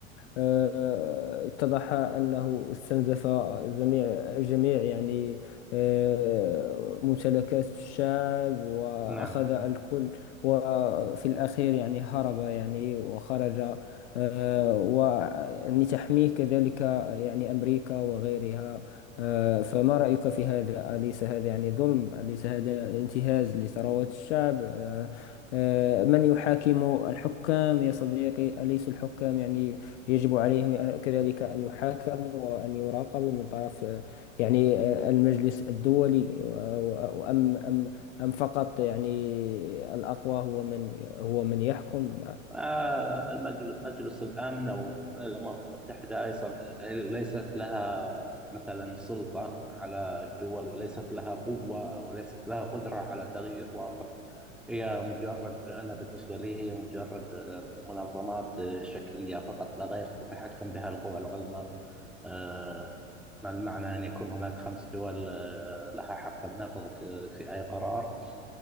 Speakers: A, on the left; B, in the centre.
A: آه، اتضح أنه استنزف جميع جميع يعني آه، ممتلكات الشعب وأخذ
B: نعم
A: الكل وفي الأخير يعني هرب يعني وخرج آه، ويعني تحميه كذلك يعني أمريكا وغيرها آه، فما رأيك في هذا؟ أليس هذا يعني ظلم؟ أليس هذا انتهاز لثروات
B: ما
A: الشعب؟ آه، آه، من يحاكم الحكام يا صديقي أليس الحكام يعني يجب عليهم أن- كذلك أن يحاكموا وأن يراقبوا من طرف آه، يعني آه، المجلس الدولي وأم أم أم فقط يعني الأقوى هو من هو من يحكم
B: ما المجل- مجلس الأمن أو الأمم المتحدة أيضا ليست لها مثلا سلطة على الدول وليست لها قوة أو ليست لها قدرة على تغيير واقع هي مجرد أنا بالنسبة لي هي مجرد منظمات شكلية فقط لا غير تتحكم بها القوى العظمى آه، ما المعنى أن يكون هناك خمس دول آه، لها حق النقض في في أي قرار